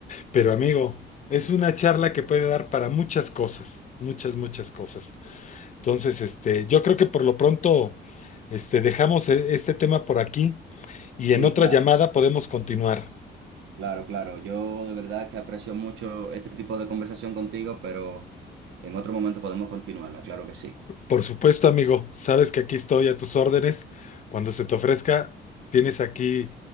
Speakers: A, on the left; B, on the right.
A: Pero amigo, es una charla que puede dar para muchas cosas, muchas, muchas cosas. Entonces, este, yo creo que por lo pronto, este, dejamos e- este tema por aquí y
B: Sí,
A: en otra
B: claro.
A: llamada podemos continuar.
B: Claro, claro. Yo de verdad que aprecio mucho este tipo de conversación contigo, pero en otro momento podemos continuarla, claro que sí.
A: Por supuesto, amigo, sabes que aquí estoy a tus órdenes. Cuando se te ofrezca, tienes aquí